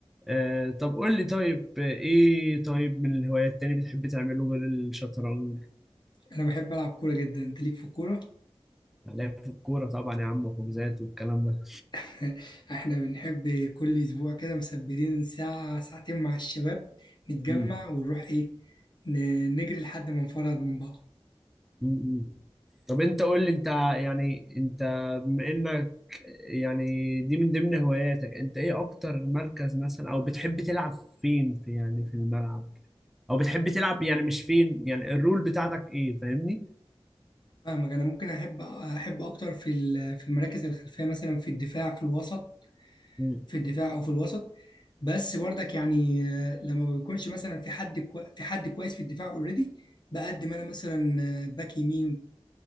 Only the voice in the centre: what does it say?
آه طب قول لي طيب آه، ايه طيب من الهوايات تاني بتحب تعمله غير الشطرنج
هنلاقي في الكورة طبعا يا عم وحجوزات والكلام ده
مم.
مم. مم. طب انت قول لي انت يعني انت بما انك يعني دي من ضمن هواياتك انت ايه اكتر مركز مثلا او بتحب تلعب فين في يعني في الملعب او بتحب تلعب يعني مش فين يعني الرول بتاعتك ايه فاهمني؟
مم.